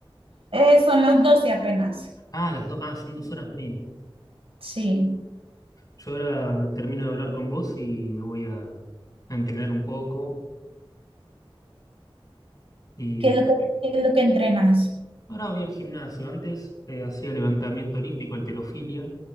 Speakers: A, on the right (about 85°); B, on the left (about 40°).
A: Eh, son las 12 apenas.
B: Ah, las dos, ah, son dos horas menos.
A: Sí.
B: Yo ahora termino de hablar con vos y me voy a, a entrenar un poco. Y
A: ¿Qué
B: después,
A: es lo que, qué es lo que entrenas?
B: ahora voy al gimnasio. Antes eh, hacía levantamiento olímpico, halterofilia,